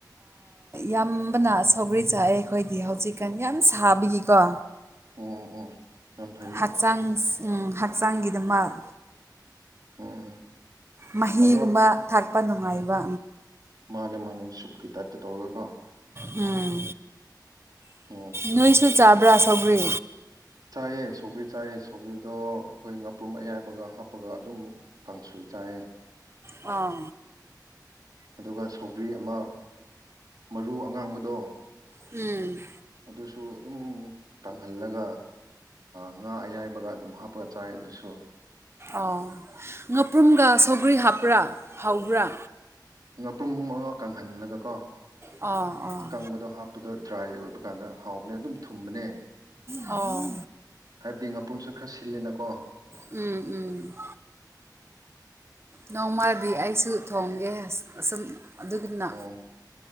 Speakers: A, on the right; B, on the right.
A: ꯌꯥꯝꯕꯅ ꯁꯥꯎꯒ꯭ꯔꯤ ꯑꯩ ꯆꯥꯛꯑꯦ ꯑꯩꯈꯣꯏꯗꯤ ꯍꯧꯖꯤꯛꯀꯥꯟ ꯌꯥꯝ ꯁꯥꯕꯤꯒꯤꯀꯣ
B: ꯑꯣꯝ ꯑꯣ ꯑꯣ ꯌꯥꯝꯝ ꯐꯩꯅꯦ
A: ꯍꯛꯆꯥꯡ ꯍꯛꯆꯥꯡꯒꯤꯗꯃꯛ
B: ꯎꯝ ꯎꯝ
A: ꯃꯍꯤꯒꯨꯝꯕ
B: ꯑꯗꯣ
A: ꯊꯥꯛꯄ ꯅꯨꯡꯉꯥꯏꯕ
B: ꯃꯥꯅꯦ ꯃꯥꯅꯦ ꯁꯨꯞꯀꯤ ꯇꯥꯏꯞꯇ ꯇꯧꯔꯒ ꯀꯣ
A: ꯎꯝ
B: ꯎꯝ
A: ꯅꯣꯏꯁꯨ ꯆꯥꯕ꯭ꯔꯥ ꯁꯧꯒ꯭ꯔꯤ
B: ꯆꯥꯏꯑ ꯁꯧꯒ꯭ꯔꯤ ꯆꯥꯏꯑ ꯁꯧꯒ꯭ꯔꯤꯗꯣ ꯑꯩꯈꯣꯏ ꯉꯥꯄ꯭ꯔꯨꯝ ꯑꯌꯥꯏꯕꯒ ꯍꯥꯞꯄꯒ ꯑꯗꯨꯝ ꯀꯥꯡꯁꯣꯏ ꯆꯥꯏꯌꯦ
A: ꯑꯥ
B: ꯑꯗꯨꯒ ꯁꯧꯒ꯭ꯔꯤ ꯑꯃ ꯃꯔꯨ ꯑꯉꯥꯡꯕꯗꯣ
A: ꯎꯝ
B: ꯑꯗꯨꯁꯨ ꯑꯗꯨꯝ ꯀꯪꯍꯜꯂꯒ ꯉꯥ ꯑꯌꯥꯏꯕꯒ ꯑꯗꯨꯝ ꯍꯥꯞꯄꯒ ꯆꯥꯏ ꯑꯗꯨꯁꯨ
A: ꯑꯣ ꯉꯥꯄ꯭ꯔꯨꯝꯒ ꯁꯧꯒ꯭ꯔꯤ ꯍꯥꯞꯄ꯭ꯔꯥ ꯍꯥꯎꯕ꯭ꯔꯥ
B: ꯉꯥꯄ꯭ꯔꯨꯝ ꯃꯉꯥ ꯀꯪꯍꯜꯂꯒ ꯀꯣ
A: ꯑꯥ ꯑꯥ
B: ꯑꯀꯪꯕꯗꯣ ꯍꯥꯞꯄꯗꯣ ꯗ꯭ꯔꯥꯏ ꯑꯣꯏꯕ ꯀꯥꯟꯗ ꯍꯥꯎꯕꯅꯦ ꯑꯗꯨꯝ ꯊꯨꯝꯕꯅꯦ
A: ꯑꯣ
B: ꯍꯥꯏꯕꯗꯤ ꯉꯄꯨꯟꯁꯨ ꯈꯔ ꯁꯤꯜꯂꯤꯅꯀꯣ
A: ꯎꯝ ꯎꯝ ꯅꯣꯡꯃꯥꯕꯤ ꯑꯩꯁꯨ ꯊꯣꯡꯒꯦ ꯑꯁꯨꯝ ꯑꯗꯨꯒꯨꯝꯅ
B: ꯎꯝ